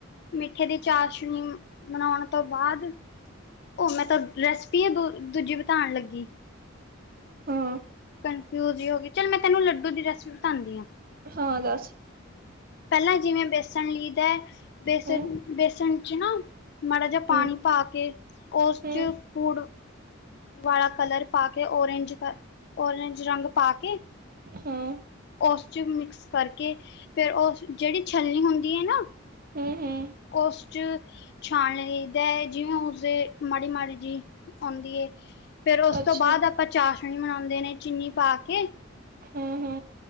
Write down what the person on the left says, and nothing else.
ਮਿੱਠੇ ਦੀ ਚਾਰਸ਼ਣੀ ਮਨਾਉਣ ਤੋਂ ਬਾਅਦ ਉਹ ਮੈਂ ਤਾਂ ਰੈਸਪੀ ਆ ਦੋ ਦੂਜੀ ਬਿਤਾਉਣ ਲੱਗੀ
ਕਨਫਿਊਜ਼ ਹੀ ਹੋ ਗਈ ਚੱਲ ਮੈਂ ਤੈਨੂੰ ਲੱਡੂ ਦੀ ਰੈਸਪੀ ਬਤਾਉਂਦੀ
ਪਹਿਲਾਂ ਜਿਵੇਂ ਬੇਸਣ ਲੀਦਾ ਹੈ ਬੇਸਣ
ਬੇਸਣ ਚ ਨਾ ਮਾੜਾ ਜਿਹਾ ਪਾਣੀ
ਪਾ ਕੇ ਉਸ
ਚ ਫੂੜ ਵਾਲਾ ਕਲਰ ਪਾ ਕੇ ਓਰੇਂਜ ਦਾ ਓਰੇਂਜ ਰੰਗ ਪਾ ਕੇ
ਉਸ 'ਚ ਮਿਕਸ ਕਰਕੇ ਫਿਰ ਉਸ ਜਿਹੜੀ ਛੱਲਣੀ ਹੁੰਦੀ ਹੈ ਨਾ
ਉਸ ਚ ਛਾਣ ਲਈ ਲਈਦਾ ਜਿਵੇਂ ਉਸਦੇ ਮਾੜੀ ਮਾੜੀ ਜਿ ਆਉਂਦੀ ਐ ਫਿਰ ਉਸ
ਤੋਂ ਬਾਅਦ ਆਪਾਂ ਚਾਸ਼ਣੀ ਮਨਾਉਂਦੇ ਨੇ ਚੀਨੀ ਪਾ ਕੇ